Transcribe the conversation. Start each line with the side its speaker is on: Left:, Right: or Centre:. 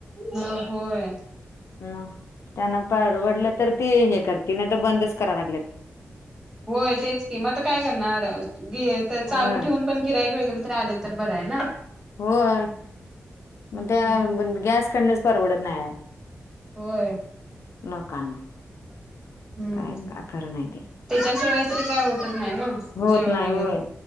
Right: होय होय‌.
Left: ह त्यांना परवडलं तर ती हे कर त नाही तर बंदच करा लागलेत.
Right: होय तेच की मता काय करणार चालू
Left: होय
Right: ठेवून पण गिराईक वगैरे तर राह तर बरं आहे ना.
Left: होय. मग त्या
Right: हम्म.
Left: गॅस करनच परवडत नाय.
Right: होय
Left: लोकांना
Right: हम्म
Left: काय खर नाही ते
Right: त्याच्याशिवाय तरी काय होतच नाही ना.
Left: होत
Right: जेवण
Left: नाही
Right: वगैरे
Left: होय